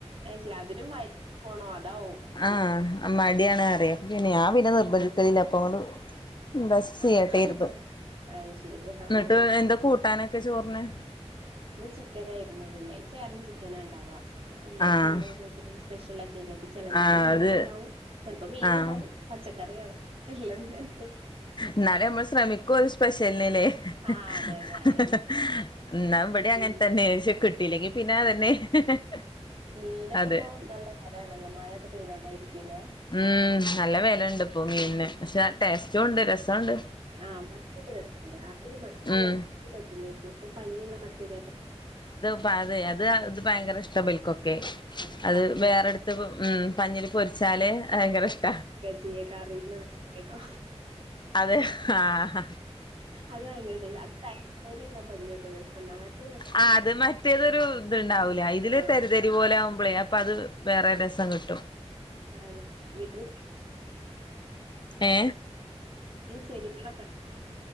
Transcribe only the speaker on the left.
ആഹ് മാടിയാണ് അറിയ പിന്നെ ഞാൻ പിന്നെ
നിർബന്ധിത്തി ലില്ല പ്പോ എന്താ ചെയീ്യട്ടെ
ഇരുന്നു
എന്നിട്ട്
എന്താ കൂട്ടാനൊക്കെ ചോറിന്
ആഹ്
ആഹ്
അത്
ആഹ്
എന്നാല നമ്മൾ ശ്രമിക്കും ഒരു സ്പെഷ്യലിനല്ലേ <unintelligible>
എന്നാ ഇവിടെ അങ്ങനെ
തന്നെ ക്ഷേ കിട്ട് ട്ടല്ലെങ്കിൽ പിന്നെ അതന്നെ <unintelligible>
അതെ
ഉം നല്ല വെലണ്ട് ഇപ്പൊ മീനന്
പക്ഷെ ടേസ്റ്റും ഉണ്ട് രസണ്ട്
ഉം
ആഹ് അതെ അത് അത് ഭയങ്കര ഇഷ്ട ബല്ക്കോ
അത്
വേറെടുത്ത് ഉം പഞ്ഞില് പൊരിച്ചാല് ഭയങ്കര ഇഷ്ട
അതെ ആഹ് ഹ
ആഹ് അത് മറ്റേതൊരു ഇത്ണ്ടാവൂല ഇതില്
തര് തരി പോലെ ആവുമ്പോഴേ അപ്പൊ അത് വേറെ രസം കിട്ട്
ഏ